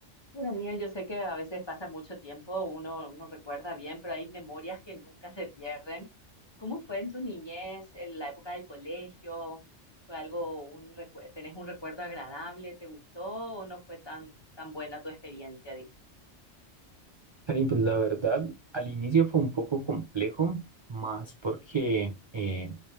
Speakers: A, on the left; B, on the right.
A: Sí, Daniel, yo sé que a veces pasa mucho tiempo, uno no recuerda bien, pero hay memorias que nunca se pierden. ¿Cómo fue en tu niñez, en la época del colegio? ¿Fue algo, un recuerdo, tenés un recuerdo agradable? ¿Te gustó o no fue tan, tan buena tu experiencia, digamos?
B: Karim, pues la verdad, al inicio fue un poco complejo, más porque eh,